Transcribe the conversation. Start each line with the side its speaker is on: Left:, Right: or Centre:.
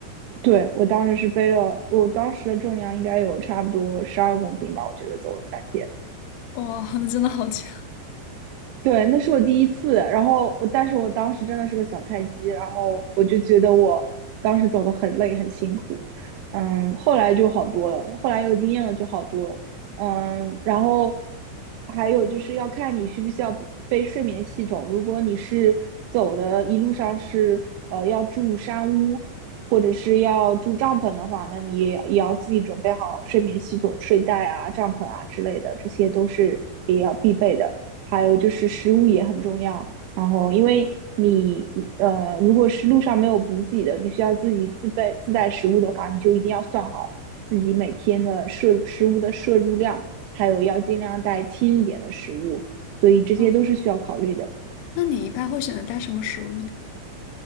Right: 对，我当时是背了，我当时的重量应该有差不多十二公斤吧，我觉得走了三天。
Left: 哇，那真的好强！
Right: 对，那是我第一次，然后我，但是我当时真的是个小菜鸡，然后我就觉得我当时走的很累，很辛苦，嗯，后来就好多了，后来有经验了就好多了，嗯，然后还有就是要看你需不需要背睡眠系统，如果你是走的一路上是呃要住山屋或者是要住帐篷的话，那你也也要自己准备好睡眠系统、睡袋啊、帐篷啊之类的，这些都是也要必备的。还有就是食物也很重要。然后，因为你呃，如果是路上没有补给的，你需要自己自备自带食物的话，你就一定要算好自己每天的摄食物的摄入量，还有要尽量带轻一点的食物。所以这些都是需要考虑的。
Left: 哦，那你一般会选择带什么食物呢？